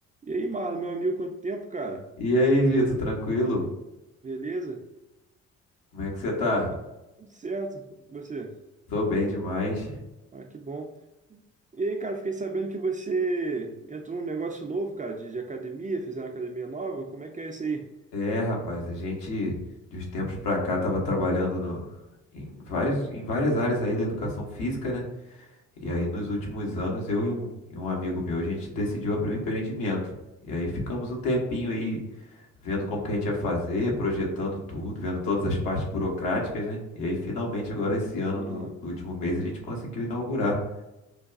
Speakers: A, on the right; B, on the left.
A: E aí, Marlon, meu amigo, quanto tempo, cara?
B: E aí, Vitor, tranquilo?
A: Beleza?
B: Como é que você tá?
A: Ah, Rapaz, tudo certo, você?
B: Tô bem demais.
A: Ah, que bom. E aí, cara, fiquei sabendo que você entrou num negócio novo, cara, de, de academia, fizeram academia nova. Como é que é isso aí?
B: É, rapaz, a gente de uns tempos pra cá tava trabalhando no- em vários, em várias áreas aí da educação física, né? E aí nos últimos anos eu e um, e um amigo meu, a gente decidiu abrir um empreendimento. E aí ficamos um tempinho aí vendo como que a gente ia fazer, projetando tudo, vendo todas as partes burocráticas, né? E aí finalmente agora esse ano,
A: Aham,
B: no, no último mês, a gente conseguiu inaugurar.